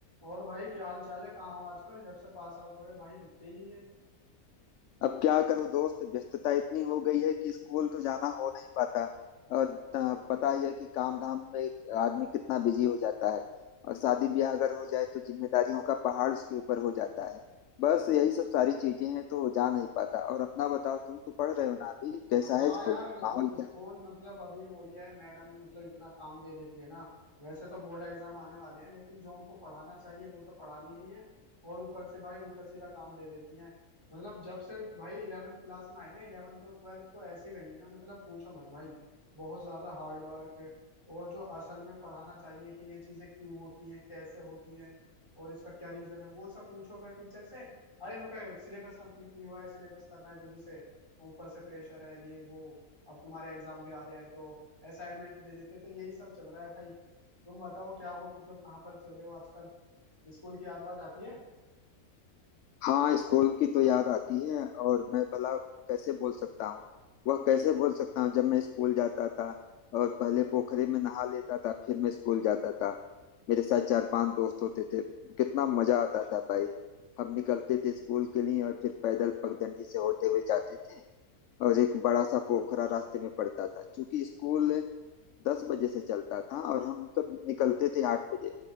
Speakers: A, on the left; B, on the left.
A: और भाई क्या हाल चाल है कहाँ हो आजकल जब से पास आउट हुए भाई दिखते ही नहीं है
B: अब क्या करूं दोस्त व्यस्तता इतनी हो गई है कि स्कूल तो जाना हो नहीं पाता और त- पता ही है कि काम धाम में आदमी कितना बिजी हो जाता है और शादी ब्याह अगर हो जाए तो जिम्मेदारियों का पहाड़ उसके ऊपर हो जाता है बस यही सब सारी चीजें हैं तो जा नहीं पाता और अपना बताओ तुम तो पढ़ रहे हो ना अभी कैसा
A: हाँ
B: है स्कूल
A: यार
B: माहौल
A: स्कूल
B: क्या है?
A: मतलब अभी वो ही है मैडम मतलब इतना काम दे देती है ना वैसे तो बोर्ड एग्जाम आने वाले हैं लेकिन जो उनको पढ़ाना चाहिए वो तो पढ़ा नहीं रही है और ऊपर से भाई उल्टा सीधा काम दे देती हैं मतलब जब से भाई इलेवेंथ क्लास में आए ना इलेवेंथ और ट्वेल्थ तो ऐसे गई है ना मतलब पूछो मत भाई बहुत ज्यादा हार्ड वर्क और जो असल में पढ़ाना चाहिए कि ये चीजें क्यों होती हैं कैसे होती हैं और इसका क्या रीजन है वो सब पूछो अगर टीचर से अरे नुका सिलेबस कंप्लीट नहीं हुआ है सिलेबस करना है जल्दी से ऊपर से प्रेशर है ये वो अब तुम्हारे एग्जाम भी आ रहे हैं तो असाइनमेंट दे देते तो यही सब चल रहा है भाई तुम बताओ क्या हो मतलब कहाँ पर चल रहे हो आजकल स्कूल की याद वाद आती है
B: हाँ स्कूल की तो याद आती है और मैं भला कैसे बोल सकता हूँ वह कैसे बोल सकता हूँ जब मैं स्कूल जाता था और पहले पोखरे में नहा लेता था फिर मैं स्कूल जाता था मेरे साथ चार पांच दोस्त होते थे कितना मजा आता था भाई हम निकलते थे स्कूल के लिए और फिर पैदल पगडंडी से होते हुए जाते थे और एक बड़ा सा पोखरा रास्ते में पड़ता था क्योंकि स्कूल दस बजे से चलता था और हम सब निकलते थे आठ बजे